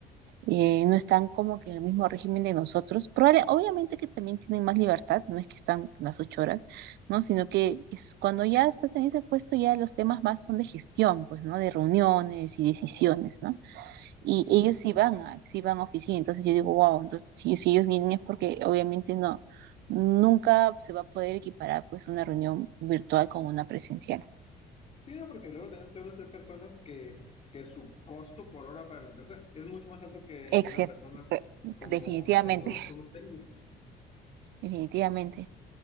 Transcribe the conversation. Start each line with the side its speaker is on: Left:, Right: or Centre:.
Right: eh, no están como que en el mismo régimen de nosotros. Probable- obviamente que también tienen más libertad, no es que están las ocho horas, ¿no? Sino que es cuando ya estás en ese puesto, ya los temas más son de gestión, pues, ¿no? De reuniones y decisiones, ¿no? Y
Left: Sí,
Right: ellos
Left: sí.
Right: sí van a, sí van a oficina, entonces yo digo, wow, entonces si, si ellos vienen es porque obviamente no, nunca se va a poder equiparar, pues, una reunión virtual con una presencial.
Left: Sí, no, porque luego también suelen ser personas que, que su costo por hora para la empresa es mucho más alto que
Right: Excepto,
Left: el de una persona como,
Right: definitivamente,
Left: como nosotros que somos técnicos.
Right: definitivamente.